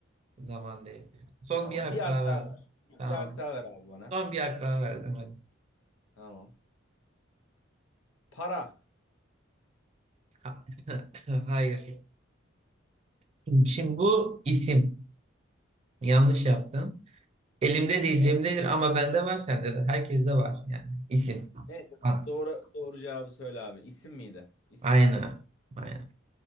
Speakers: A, on the right (about 30°); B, on the left (about 70°).
A: zaman değil. Son
B: Tamam.
A: bir hak
B: Bir hak
A: daha
B: daha
A: verdim.
B: ver.
A: Tamam.
B: Bir hak daha ver abi bana.
A: Son bir hak daha verdim hadi.
B: Tamam. Para.
A: Ha- <laughs> Hayır. Şimdi
B: Hmm.
A: bu isim. Yanlış yaptın. Elimde değil,
B: Ne?
A: cebimdedir ama bende var, sende de. Herkeste var yani. İsim.
B: Ne?
A: Ad.
B: Doğru, doğru cevabı söyle abi. İsim miydi? İsim.
A: Aynen. Aynen.